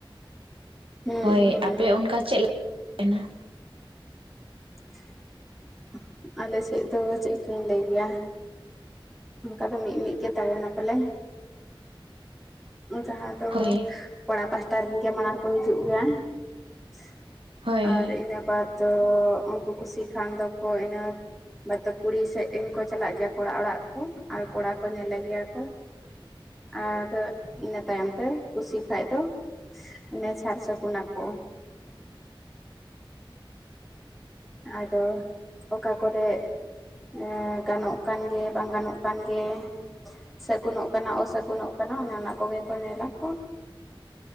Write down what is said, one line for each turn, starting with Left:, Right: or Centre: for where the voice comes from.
Right: ᱾
Centre: ᱦᱩᱸ
Right: ᱦᱳᱭ,
Centre: ᱦᱩᱸ
Right: ᱟᱯᱮ ᱚᱱᱠᱟ ᱪᱮᱫ ᱞᱮᱠᱟ ᱛᱟᱦᱮᱱᱟ
Centre: <unintelligible> <unintelligible> ᱟᱞᱮ ᱥᱮᱫ ᱫᱚ, ᱪᱮᱫ ᱠᱟᱧ ᱞᱟᱹᱭ ᱜᱮᱭᱟ? ᱚᱱᱠᱟ ᱫᱚ, ᱢᱤᱫ ᱢᱤᱫ ᱜᱮ, ᱛᱟᱵᱚᱱᱟ, ᱯᱟᱞᱮ, ᱡᱟᱦᱟᱸ ᱛᱚᱼᱦᱚ,
Right: ᱦᱳᱭ
Centre: ᱠᱚᱲᱟ ᱯᱟᱥᱴᱟ ᱨᱮᱱ ᱜᱮ, ᱢᱟᱲᱟᱝ ᱠᱚ, ᱦᱤᱡᱩᱜ ᱜᱮᱭᱟ ᱾
Right: ᱦᱳᱭ
Centre: ᱟᱨ,
Right: ᱦᱳᱭ
Centre: ᱤᱱᱟᱹ ᱵᱟᱫᱽ ᱫᱚ, ᱩᱱᱠᱩ, ᱠᱩᱥᱤ ᱠᱷᱟᱱ ᱫᱚᱠᱚ, ᱤᱱᱟᱹ ᱵᱟᱫ ᱫᱚ, ᱠᱩᱲᱤ ᱥᱮᱫ ᱨᱤᱱ ᱠᱚ, ᱪᱟᱞᱟᱜ ᱜᱮᱭᱟ, ᱠᱚᱲᱟ ᱚᱲᱟᱜ ᱠᱚ, ᱟᱨ ᱠᱚᱲᱟ ᱠᱚ ᱧᱮᱞᱮ ᱜᱮᱭᱟ ᱠᱚ ᱾ ᱟᱨ ᱤᱱᱟᱹ ᱛᱟᱭᱚᱢ ᱛᱮ, ᱠᱩᱥᱤ ᱠᱷᱟᱡ ᱫᱚ ᱢᱟᱱᱮ, ᱥᱟᱨ ᱥᱟᱹᱜᱩᱱ ᱟᱠᱚ ᱟᱫᱚ, ᱚᱠᱟ ᱠᱚᱨᱮ ᱮᱸᱼ, ᱜᱟᱱᱚᱜ ᱠᱟᱱ ᱜᱮ, ᱵᱟᱝ ᱜᱟᱱᱚᱜ ᱠᱟᱱ ᱜᱮ ᱾ ᱥᱟᱹᱜᱩᱱᱚᱜ ᱠᱟᱱᱟ, ᱚᱥᱟᱹᱜᱩᱱᱚᱜ ᱠᱟᱱᱟ, ᱚᱱᱮ ᱚᱱᱟ ᱠᱚᱜᱮ ᱠᱚ, ᱧᱮᱞᱟ ᱠᱚ,